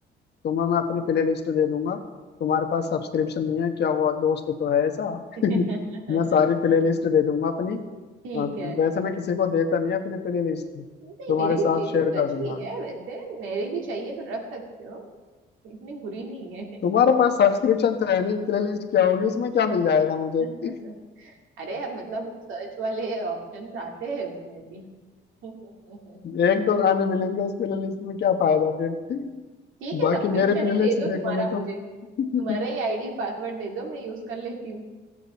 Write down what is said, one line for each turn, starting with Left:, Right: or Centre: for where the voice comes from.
Left: तुम्हें मैं अपनी प्ले लिस्ट दे दूंगा तुम्हारे पास सब्सक्रिप्शन नहीं है क्या हुआ दोस्त तो है ऐसा
Right: <laughs>
Left: <laughs> मैं सारी
Right: ठीक
Left: प्ले लिस्ट दे दूंगा अपनी
Right: है
Left: अ, वैसे मैं किसी को देता नहीं अपनी प्ले लिस्ट तुम्हारे
Right: नहीं मेरी भी
Left: साथ
Right: प्लेलिस्ट
Left: शेयर
Right: अच्छी
Left: कर दूंगा
Right: है वैसे मेरी भी चाहिए तो रख सकते हो इतनी बुरी नहीं है
Left: तुम्हारे पास सब्सक्रिप्शन तो है नहीं प्ले लिस्ट क्या होगी इसमें क्या मिल जाएगा मुझे
Right: <laughs> अरे अब मतलब वो सर्च वाले ऑप्शंस आते हैं उसमें भी <laughs>
Left: <laughs> एक दो गाने मिलेंगे उस प्ले लिस्ट में क्या फायदा फिर
Right: ठीक है
Left: बाकी
Right: सब्सक्रिप्शन
Left: मेरे प्ले
Right: ही
Left: लिस्ट
Right: दे दो
Left: देखोगे
Right: तुम्हारा मुझे
Left: तो <laughs>
Right: तुम्हारा ही आईडी पासवर्ड दे दो मैं यूज कर लेती हूँ